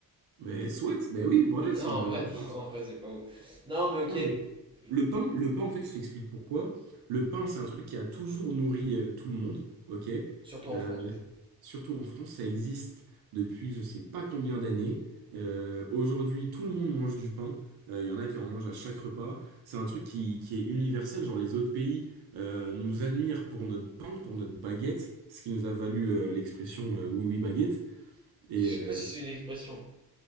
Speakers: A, on the right (about 80°); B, on the right (about 15°).
A: Mais soit, ben oui, voilà,
B: Non
A: c'est une
B: en
A: bonne
B: vrai
A: réponse.
B: non, en vrai c'est pas ouf. Non mais ok.
A: Non, mais
B: Je-
A: le pain, le pain, en fait, je t'explique pourquoi. Le pain, c'est un truc qui a toujours nourri euh, tout le monde, ok?
B: Surtout en
A: Euh,
B: France ouais.
A: surtout en France, ça existe depuis je sais pas combien d'années. Euh, aujourd'hui, tout le monde mange du pain. Euh, Il y en a qui en mangent à chaque repas. C'est un truc qui, qui est universel. Genre, les autres pays euh, nous admirent pour notre pain, pour notre baguette, ce qui nous a valu euh, l'expression euh, oui, oui, baguette.
B: <laughs>
A: Et,
B: Je
A: euh,
B: sais pas si c'est une expression.